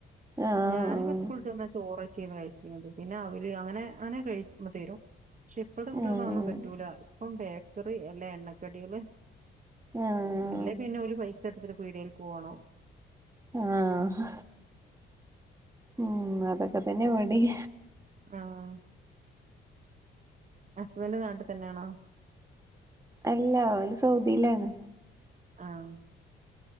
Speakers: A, on the right (about 15°); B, on the right (about 40°).
A: ആഹ്
B: ഞാനൊക്കെ സ്കൂളിട്ട് വന്നാ ചോറൊക്കെയാണ് കഴിച്ചിന്നത് പിന്നെ അവല് അങ്ങനെ അങ്ങനെ കഴിക്കുമ്പ തരും പക്ഷെ ഇപ്പഴത്തെ കുട്ടികൾക്ക്
A: ആഹ്
B: അഹേന്നും പറ്റൂല ഇപ്പം ബേക്കറി അല്ല എണ്ണക്കടികള്
A: ആഹ്
B: അല്ലേ പിന്നെ ഓല് പൈസ എടുത്തിട്ട് പിടിയെൽക്ക് പോവണം
A: ആഹ് ഉ അതൊക്കെ തന്നെ ഇവിടിം
B: ആഹ് ഹുസ്ബന്റ് നാട്ടിൽ തന്നെയാണോ
A: അല്ല അവന് സൗദിയിലാണ്
B: ആഹ്